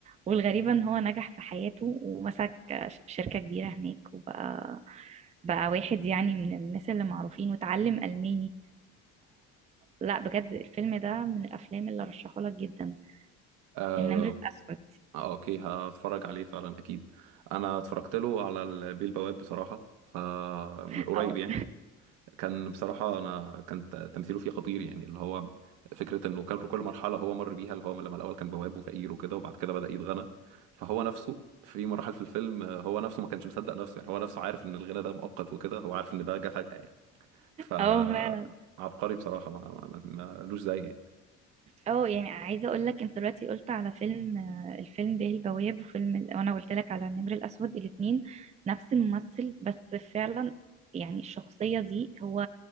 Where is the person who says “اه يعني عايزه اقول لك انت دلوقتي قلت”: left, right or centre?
Right